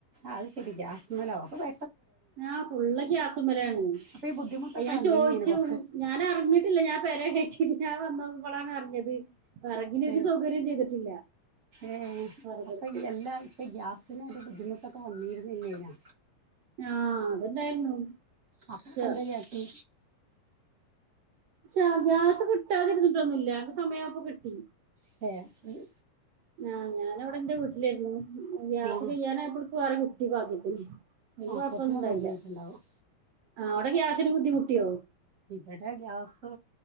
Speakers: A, on the right; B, on the right.
A: അത് ശെരി ഗ്യാസ്മലോ ഒക്കെ വ
B: ആഹ് ഫുള്ള് ഗ്യാസുമലണ്
A: അപ്പൊ ഈ ബുദ്ധിമുട്ടൊക്കെ
B: ആഹ് ഞാൻ
A: വന്നീനേന്
B: ചോയിച്ചു
A: കൊറച്ച്
B: ഞാൻ അറിഞ്ഞിട്ടില്ല ഞാൻ പേര കേറ്റിട്ട് ഞാൻ വന്നപ്പോളാണ് അറിഞ്ഞത് വിറകിന് ഒരു
A: ഏയ്
B: സൗകര്യം ചെയ്തിട്ടില്ല
A: ഏയ്
B: വിറകടുപ്പ്
A: അപ്പൊ എല്ലാ ഇപ്പൊ ഗ്യാസ് നൊരു ബുദ്ധിമുട്ട് ഒക്കെ വന്നിരുന്ന് ഇല്ലേയ്നോ
B: ആഹ അത്ണ്ടായിരുന്നു.
A: അപ്പൊക്കെ
B: ച്ച
A: എന്താ കാട്ടി
B: ക്ഷ ഗ്യാസ് കിട്ടാതിരുന്നിട്ടൊന്നുംല്ല സമയായപ്പൊ കിട്ടി.
A: പ്പെയ ഉം
B: ആഹ ഞാനവിടെ എന്റെ വീട്ടിലായിരുന്നു ഗ്യാസ്
A: ആ
B: കെയ്യാനായപ്പോക്ക് വേറെ കിട്ടി ഭാഗ്യത്തിന് അയ്ല് കൊഴപ്പൊന്നും
A: അപ്പത്തിന്
B: ഇണ്ടായില്ല
A: റെഡി ആയിട്ടുണ്ടാവും
B: ആടെ ഗ്യാസിന് ബുദ്ധിമുട്ടിയോ
A: ഇബടെ ഗ്യാസ്